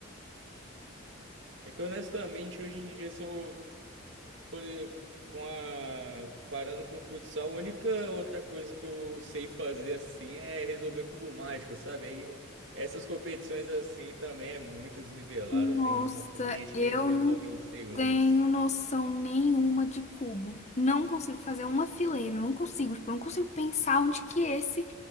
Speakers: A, on the right; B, on the left.
A: É que honestamente, hoje em dia, se eu por, com a, parando com o futsal, a única outra coisa que eu sei fazer assim é resolver cubo mágico, sabe? Aí essas competições assim também é muito desnivelado.
B: Nossa,
A: Tem rap- gente
B: eu
A: que resolve
B: não
A: em segundos.
B: tenho noção nenhuma de cubo. Não consigo fazer uma fileira, não consigo, tipo, eu não consigo pensar onde que esse